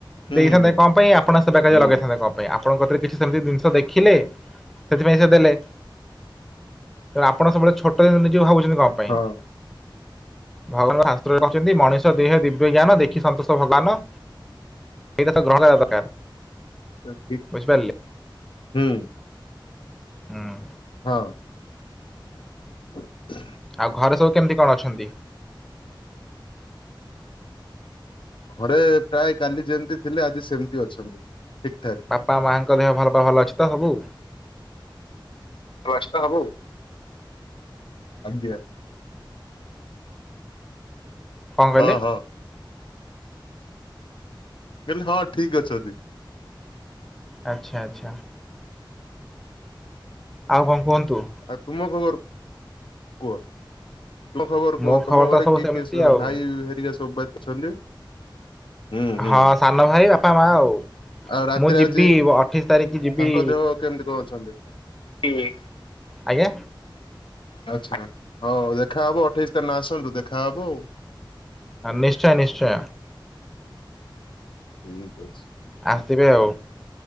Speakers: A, on the left (about 75°); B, in the centre.
A: ହୁଁ
B: ଦେଇଥାନ୍ତେ
A: ହୁଁ ହୁଁ
B: କଣ ପାଇଁ ଆପଣ ସେବା କାର୍ଯ୍ୟରେ
A: ହୁଁ
B: ଲଗେଇଥାନ୍ତେ କଣ ପାଇଁ? ଆପଣଙ୍କ କତିରେ କିଛି ସେମିତି ଜିନିଷ ଦେଖିଲେ ସେଥିପାଇଁ ସେ ଦେଲେ ଯେତଳେ ଆପଣ ସବୁବେଳେ ଛୋଟ ଦିନ ନିଜକୁ ଭାବୁଛନ୍ତି କଣ ପାଇଁ?
A: ହଁ
B: ଭଗବାନ ଶାସ୍ତ୍ରରେ କହିଛନ୍ତି, ମଣିଷ ଦେହେ ଦିବ୍ୟ ଜ୍ଞାନ ଦେଖି ସନ୍ତୋଷ ଭଗବାନ। <unintelligible>
A: ଦିବ୍
B: ବୁଝିପାରିଲେ
A: ହୁଁ
B: ହୁଁ
A: ହଁ <inaudible>
B: ଆଉ ଘରେ ସବୁ କେମିତି କଣ ଅଛନ୍ତି?
A: ଘରେ ପ୍ରାୟ କାଲି ଯେମିତି ଥିଲେ ଆଜି ସେମିତି ଅଛନ୍ତି ଠିକ୍ ଠାକ୍।
B: ବାପା ମାଆଙ୍କ ଦେହ ପା ଭଲ ଭଲ ଅଛି ତ ସବୁ।
A: କ୍ଲଷ୍ଟ ହବୁ? ଆଜ୍ଞା।
B: କଣ କହିଲେ?
A: ଅ ହ କହିଲି ହଁ ଠିକ୍ ଅଛନ୍ତି।
B: ଆଚ୍ଛା, ଆଚ୍ଛା। ଆଉ କଣ କୁହନ୍ତୁ?
A: ଆଉ ତୁମ ଖବର କୁହ? ତମ ଖବର କୁହ
B: ମୋ ଖବର
A: ତମ ଘରେ
B: ତ ସବୁ
A: କିଏ
B: ସେମିତି
A: କିଏ
B: ଆଉ।
A: ଭାଇ ହେରିକା ସବୁ ପା ଅଛନ୍ତି। ହୁଁ ହୁଁ
B: ହଁ ସାନ ଭାଇ ବାପା ମା ଆଉ,
A: ଆଉ ରାତିରେ
B: ମୁଁ ଯିବି
A: ଆଜି
B: ଅଠେଇଶ ତାରିଖ ଯିବି
A: ତାଙ୍କ ଦେହ କେମିତି କଁ ଅଛନ୍ତି? ହୁଁ
B: ଆଜ୍ଞା।
A: ଆଚ୍ଛା ହଉ ଦେଖାହବ ଅଠେଇଶ ତାରିକ୍ ନ ଆସନ୍ତୁ ଦେଖା ହବ ଆଉ।
B: ନିଶ୍ଚୟ ନିଶ୍ଚୟ।
A: ଠିକ୍ ଅଛି।
B: ଆସିବେ ଆଉ